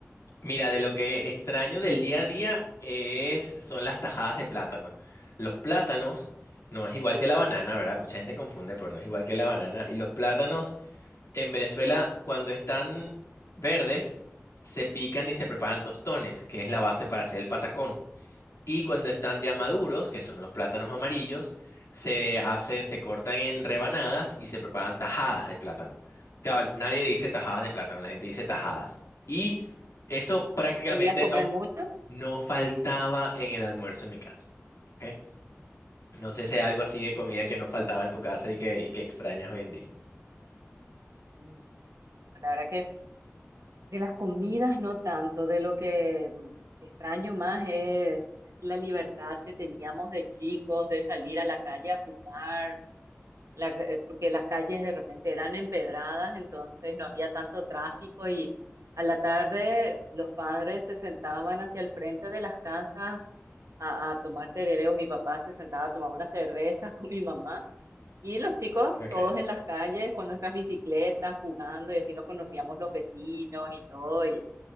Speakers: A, on the left; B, on the right.
A: Mira, de lo que extraño del día a día es, son las tajadas de plátano. Los plátanos no es igual que la banana, ¿verdad? Mucha gente confunde, pero no es igual que la banana. Y los plátanos en Venezuela, cuando están verdes, se pican y se preparan tostones, que es la base para hacer el patacón. Y cuando están ya maduros, que son los plátanos amarillos, se hacen, se cortan en rebanadas y se preparan tajadas de plátano. Claro, nadie dice tajadas de plátano, la gente dice tajadas. Y eso prácticamente
B: ¿Solías comer
A: no,
B: mucho?
A: no faltaba en el almuerzo en mi casa. ¿ok? No sé si hay algo así de comida que no faltaba en tu casa y que, y que extrañas hoy en día.
B: Mm, La verdad que De las comidas no tanto, de lo que mm, extraño más es la libertad que teníamos de chicos, de salir a la calle a jugar, la- eh, porque las calles de repente eran empedradas, entonces no había tanto tráfico y a la tarde los padres se sentaban hacia el frente de las casas a, a tomar tereré o mi papá se sentaba a tomar una cerveza <laughs> con mi mamá. Y los chicos
A: Okay.
B: todos en las calles con nuestras bicicletas jugando y así nos conocíamos los vecinos y todo. y